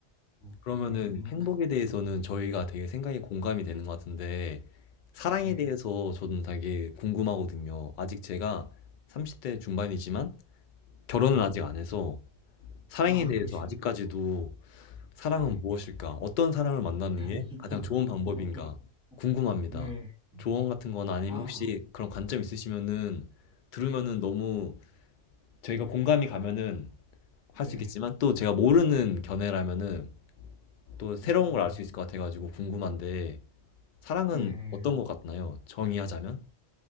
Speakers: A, in the centre; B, on the left (about 60°).
A: 뭐,
B: 그러면은
A: 이게 어떻게 보면,
B: 행복에
A: 가-
B: 대해서는 저희가 되게 생각이 공감이 되는 것 같은데 사랑에
A: 네,
B: 대해서 저는 되게 궁금하거든요. 아직 제가 30대 중반이지만 결혼을
A: 네.
B: 아직 안 해서 사랑에
A: 아,
B: 대해서
A: 그러시군요.
B: 아직까지도 '사랑은
A: 네.
B: 무엇일까? 어떤 사람을 만나는
A: <laughs>
B: 게 가장 좋은 방법인가?' 궁금합니다.
A: 네.
B: 조언 같은 거나 아니면
A: 아,
B: 혹시 그런 관점 있으시면은 들으면은 너무 저희가 공감이 가면은 할
A: 네.
B: 수 있겠지만 또 제가 모르는 견해라면은 또 새로운
A: 음,
B: 걸 알 수 있을 것 같아 가지고 궁금한데 사랑은
A: 네.
B: 어떤 것 같나요? 정의하자면?